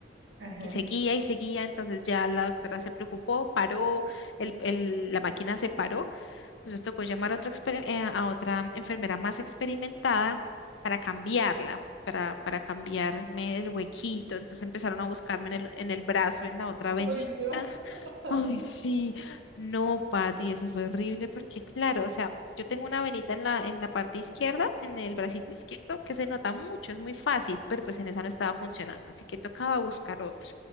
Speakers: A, on the right; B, on the left.
A: ajá.
B: Y seguía y seguía, entonces ya la doctora se preocupó, paró, el, el- la máquina se paró, entonces tocó llamar a otra, exper- eh, a otra enfermera más experimentada para cambiarla, para, para cambiarme el huequito, entonces empezaron a buscarme en el, en el brazo, en la otra venita,
A: Ay, Dios. <laughs>
B: Ay, sí, no, Pati, eso fue horrible porque, claro, o sea, yo tengo una venita en la, en la parte izquierda, en el bracito izquierdo, que se nota mucho, es muy fácil, pero pues en esa no estaba funcionando, así que tocaba buscar otra.